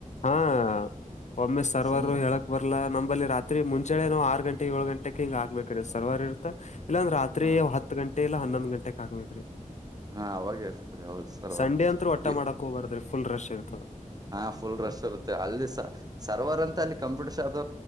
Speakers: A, on the left; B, on the right.
A: ಹಾ ಒಮ್ಮೆ ಸರ್ವರು
B: ಸುಮ್ನೆ
A: ಹೇಳಕ್ ಬರ್ಲಾ ನಂಬಲ್ಲಿ ರಾತ್ರಿ ಮುಂಚಳೆನೋ ಆರ್ ಗಂಟೆ ಏಳು ಗಂಟೆ ಹಿಂಗ ಆಗ್ಬೇಕ ಸರ್ವಾರಿ ಇರ್ತ ಇಾಂದ್ರ ರಾತ್ರಿ
B: ಹ್ಮ್
A: ಹತ್ತು ಗಂಟೆ ಗ ಎ ಹನ್ನೊಂದು ಗಂಟೆ ಹಗ್ಬೇದ್ರರಿ
B: ಹಾ ಅವಾಗ ಇರ್ತರಿ ಹೌದ್ ಸರ್
A: ಸಂಡೆ ಅತ್ರು ಒಟ್ಟ
B: ಈ
A: ಮಾಡಕ್ ಹೋಗ್ಬಾರ್ದ್ರಿ ಫುಲ್ ರಶ್ ಇತ
B: ಹಾ ಫುಲ್ ರಶ್ ಇರುತ್ತೆ ಅಲ್ಲಿ ಸರ್ವರ್ ಅಂತ ಅಲ್ಲಿ ಕಂಪ್ಯೂಟರ್ ಶಾಪ್